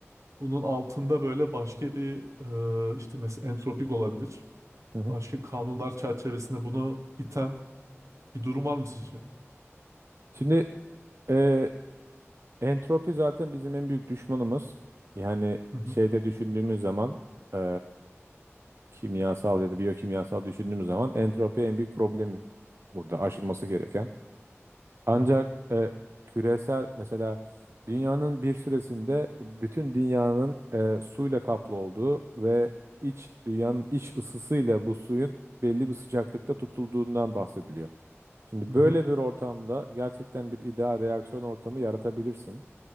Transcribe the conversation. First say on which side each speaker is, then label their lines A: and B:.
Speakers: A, on the right; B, on the right.
A: Bunun altında böyle başka bir e, işte mesela entropik olabilir.
B: Hı hı.
A: Başka kanunlar çerçevesinde bunu iten bir durum var mı sizce?
B: Şimdi e, entropi zaten bizim en büyük düşmanımız. Yani
A: Hı hı,
B: şeyde düşündüğümüz zaman e, kimyasal ya da biyokimyasal düşündüğümüz zaman entropi en büyük problem burada aşılması gereken. Ancak
A: hı hı,
B: e, küresel mesela dünyanın bir süresinde bütün dünyanın e, suyla kaplı olduğu ve iç dünyanın iç ısısıyla bu suyun belli bir sıcaklıkta tutulduğundan bahsediliyor. Şimdi
A: hı hı,
B: böyle bir ortamda gerçekten bir ideal reaksiyon ortamı yaratabilirsin.